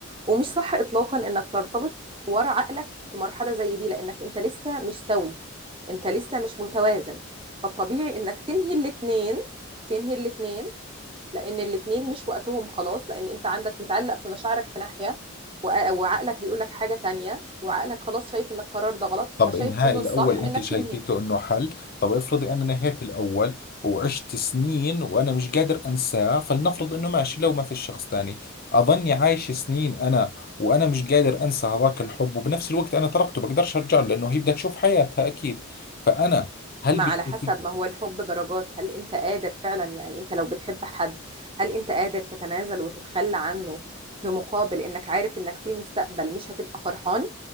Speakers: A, on the right; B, on the left.
A: ومش صح اطلاقا انك ترتبط ورا عقلك في مرحلة زي دي لانك انت لسه مش سوي انت لسه مش متوازن فالطبيعي انك تنهي الاتنين تنهي الاتنين لان الاتنين مش وقتهم خلاص لان انت عندك متعلق في مشاعرك في ناحية وع- وعقلك بيقول لك حاجة تانية وعقلك خلاص شايف ان القرار ده غلط
B: طب
A: فشايف
B: إنهاء
A: ان
B: الأول
A: الصح
B: أنت
A: انك
B: شايفيته
A: تنهي
B: إنه حل طب افرضي أنا نهيت الأول وعشت سنين وأنا مش قادر أنساه فلنفرض إنه ماشي لو ما في شخص تاني أظني عايش سنين أنا وأنا مش قادر أنسى هذاك الحب وبنفس الوقت أنا تركته بقدرش أرجع له لأنه هي بدها تشوف حياتها أكيد فأنا هل
A: ما
B: بتشوفي
A: على حسب ما هو الحب درجات هل انت قادر فعلا يعني انت لو بتحب حد هل انت قادر تتنازل وتتخلى عنه في مقابل انك عارف انك في المستقبل مش هتبقى فرحان